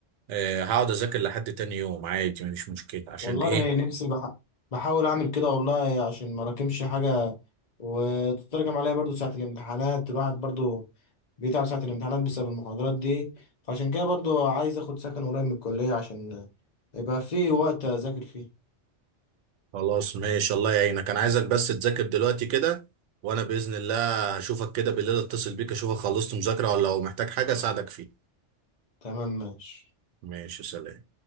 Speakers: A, on the right (about 80°); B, on the left (about 40°).
A: آه، هقعد اذاكر لحد تاني يوم عادي مفيش مشكلة عشان
B: والله
A: ايه
B: انا نفسي بح... بحاول اعمل كده والله عشان ما راكمش حاجه وتترجم عليا برضو ساعه الامتحانات الواحد برضو بيتعب ساعه الامتحانات بسبب المحاضرات دي فعشان كده برضو عايز اخد سكن قريب من الكليه عشان يبقى في وقت اذاكر فيه
A: خلاص ماشي الله يعينك انا عايزك بس تذاكر دلوقتي كده وانا باذن الله هشوفك كده بالليل اتصل بيك اشوفك خلصت مذاكره ولا لو محتاج حاجه اساعدك فيه
B: تمام ماشي
A: ماشي سلام